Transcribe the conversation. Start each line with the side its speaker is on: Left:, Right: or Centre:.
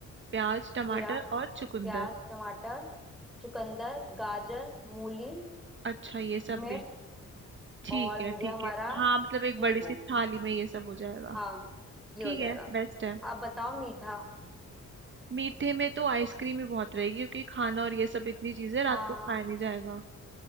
Right: प्याज टमाटर
Centre: खीरा
Right: और चुकंदर
Centre: प्याज टमाटर चुकंदर गाजर मूली
Right: अच्छा ये सब
Centre: मिर्च
Right: भी ठीक
Centre: और
Right: है
Centre: हो गया
Right: ठीक
Centre: हमारा
Right: है हाँ मतलब एक
Centre: नींबू
Right: बड़ी सी थाली में ये सब हो जाएगा
Centre: हाँ ये
Right: ठीक
Centre: हो जाएगा
Right: है बेस्ट है
Centre: अब बताओ मीठा
Right: मीठे में तो आइसक्रीम ही बहुत रहेगी क्योंकि खाना और ये सब इतनी चीजें रात
Centre: हाँ
Right: को खाया नहीं जाएगा